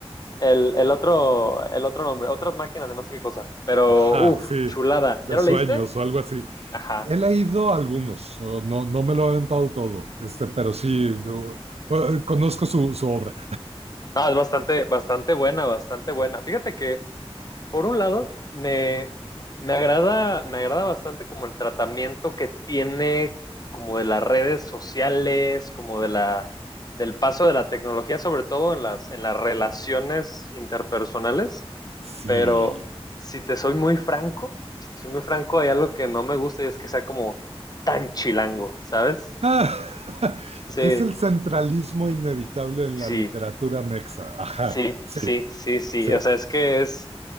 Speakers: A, on the left; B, on the right.
A: el, el otro, el otro nombre, otras máquinas de no sé qué cosa. Pero,
B: Ajá,
A: uff,
B: sí,
A: chulada.
B: de
A: ¿Ya lo
B: sueños
A: leíste?
B: o algo así.
A: Ajá.
B: He leído algunos, o no, no me lo he aventado todo, este, pero sí, o- o- conozco su, su obra.
A: No, es bastante, bastante buena, bastante buena. Fíjate que por un lado, me, me agrada, me agrada bastante como el tratamiento que tiene como de las redes sociales, como de la, del paso de la tecnología, sobre todo en las, en las relaciones interpersonales.
B: Sí.
A: Pero si te soy muy franco, si te soy muy franco, hay algo que no me gusta y es que sea como tan chilango, ¿sabes?
B: Ah, <laughs>
A: Sí,
B: es el centralismo inevitable en
A: sí.
B: la literatura mexa. Ajá,
A: Sí,
B: sí,
A: sí, sí, sí.
B: sí.
A: O sea, es que es.